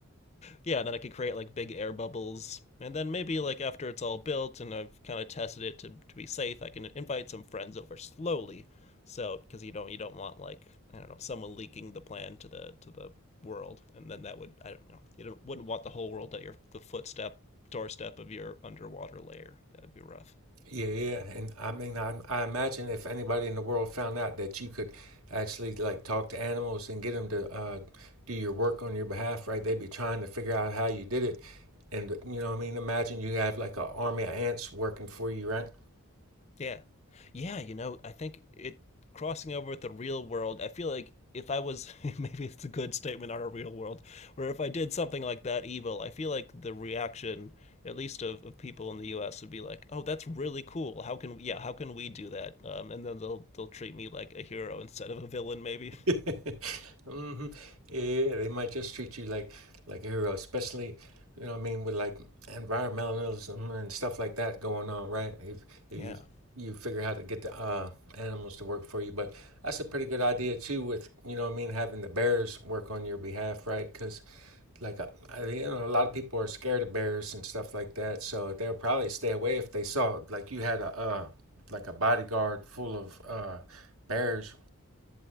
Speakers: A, on the left; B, on the right.
A: yeah, and then I could create like big air bubbles, and then maybe like after it's all built and I've kind of tested it to to be safe, I can invite some friends over slowly. So because you don't you don't want like I don't know someone leaking the plan to the to the world, and then that would I don't know you don't, wouldn't want the whole world at your the footstep doorstep of your underwater layer. That would be rough.
B: Yeah, yeah, and I mean, I, I imagine if anybody in the world found out that you could actually like talk to animals and get them to uh, do your work on your behalf, right? They'd be trying to figure out how you did it, and you know, what I mean, imagine you have like an army of ants working for you, right?
A: Yeah. Yeah, you know, I think it crossing over with the real world, I feel like if I was <laughs> maybe it's a good statement on a real world, where if I did something like that evil, I feel like the reaction, at least of, of people in the US, would be like, Oh, that's really cool. How can yeah, how can we do that? Um, and then they'll they'll treat me like a hero instead of a villain maybe.
B: <laughs>
A: <laughs>
B: hmm Yeah, they might just treat you like like a hero, especially you know what I mean with like environmentalism and stuff like that going on, right? If, if
A: Yeah.
B: you you figure how to get the uh, animals to work for you, but that's a pretty good idea too. With you know what I mean having the bears work on your behalf, right? Because like uh, I, you know a lot of people are scared of bears and stuff like that, so they'll probably stay away if they saw like you had a uh, like a bodyguard full of uh, bears.